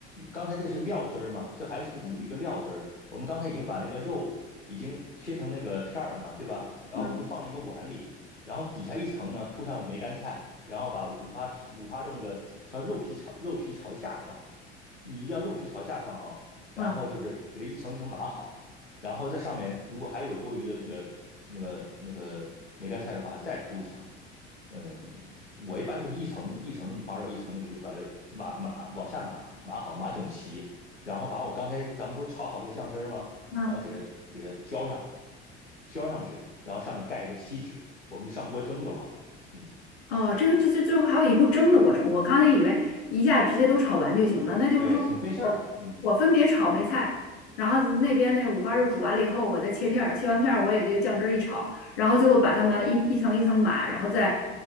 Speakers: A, on the left; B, on the left.
A: 刚才这是料汁儿吗？这还属属于一个料汁儿。
B: 嗯
A: 我们刚才已经把那个肉已经切成那个片儿了嘛，对吧？然后我们就放到一个碗里，
B: 嗯
A: 然后底下一层呢铺上梅干菜。然后把五花皮、五花肉那个朝肉皮朝肉皮朝下放，你一定要肉皮朝下放啊，然后就是给它一层一层码好，
B: 嗯
A: 然后在上面如果还有多余的那个那个那个梅干菜的话，再铺一层。嗯，我一般就是一层一层五花肉，一层那个就把它码码往下码码好，码整齐，然后把我刚才咱们不是炒好这个酱汁吗？
B: 嗯，
A: 然后给它给它浇上浇上去，然后上面盖一个锡纸，我们就上锅蒸就好了。嗯，
B: 哦，这个这这最后还有一步蒸的过程，我刚才以为一下直接都炒完就行了，那就是说我我分别炒梅菜，
A: 对，挺费事儿的。嗯，
B: 然后那边那五花肉煮完了以后，我再切片儿，切完片儿我也这个酱汁儿一炒，然后最后把它们一一层一层码，然后再